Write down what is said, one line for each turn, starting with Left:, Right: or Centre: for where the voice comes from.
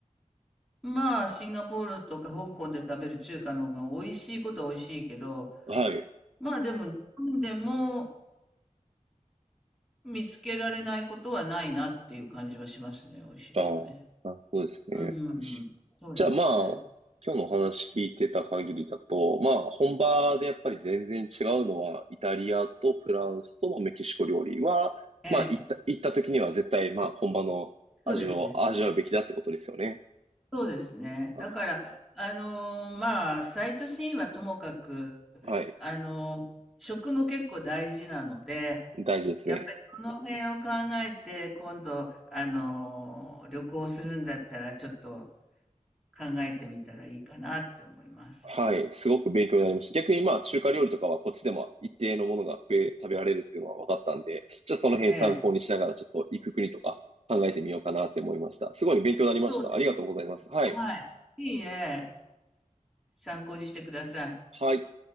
Centre: まあ、シンガポールとか香港で食べる中華の方が美味しいことは美味しいけど、
Right: はい。
Centre: まあでも日本でも見つけられないことはないなっていう感じはしますね。美味しいとこね。
Right: ああ、なるほどですね。
Centre: うん。そうですね。
Right: じゃあまあ、今日のお話聞いてた限りだと、まあ本場でやっぱり全然違うのは、イタリアとフランスとメキシコ料理は、
Centre: ええ、
Right: まあ行った、行った時には絶対まあ本場の味を味わうべきだってことですよね。
Centre: そうですね。そうですね。
Right: あ、
Centre: だから、あのーまあ、サイトシーンはともかく、
Right: はい。
Centre: あのー食も結構大事なので、
Right: 大事ですね。
Centre: やっぱりその辺を考えて、今度、あのー旅行するんだったら、ちょっと、考えてみたらいいかなって思います。
Right: はい。すごく勉強になりました。逆にまあ中華料理とかはこっちでも一定のものが食え、食べられるっていうのは分かったんで、じゃあその辺参考にしながらちょっと行く国とか考えてみようかなって思いました。
Centre: ええ、
Right: すごい勉強になりました。
Centre: そうですね。
Right: ありがとうございます。はい。
Centre: はい。いいえ、参考にしてください。
Right: はい。